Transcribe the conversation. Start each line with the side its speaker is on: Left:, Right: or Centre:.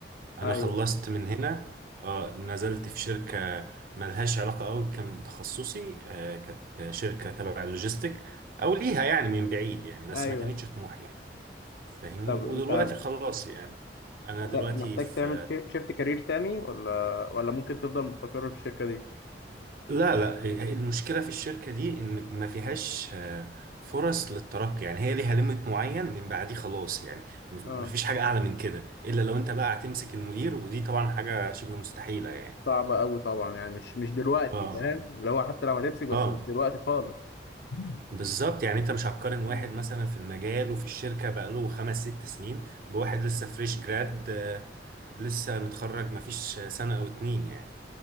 Right: انا
Left: ايوه
Right: خلصت من هنا اه نزلت في شركه ملهاش علاقه قوي كان بتخصصي آه كانت شركه تبع اللوجيستيك او ليها يعني من بعيد يعني بس
Left: ايوه
Right: ما كانتش طموحي يعني فاهمني
Left: طب
Right: ودلوقتي
Left: انت
Right: خلاص يعني انا
Left: محت-
Right: دلوقتي
Left: محتاج
Right: في
Left: تعمل شي- شيفت كارير تاني ولا ولا ممكن تفضل مستقر في الشركة دي
Right: لا لا المشكله في الشركه دي ان ما فيهاش آه، فرص للترقي يعني هي ليها ليميت معين من بعديه خلاص يعني ما
Left: اه
Right: فيش حاجه اعلى من كده الا لو انت بقى هتمسك المدير ودي طبعا حاجه شبه مستحيله يعني
Left: صعبة قوي طبعا يعني مش مش دلوقتي
Right: اه
Left: فاهم اللي هو حتى لو هتمسك بس
Right: اه آه.
Left: مش دلوقتي خالص مم.
Right: بالظبط يعني انت مش هتقارن واحد
Left: مم.
Right: مثلا في المجال وفي الشركة بقاله خمس ست سنين بواحد لسه فريش جراد آه، لسه متخرج مفيش سنة او اتنين يعني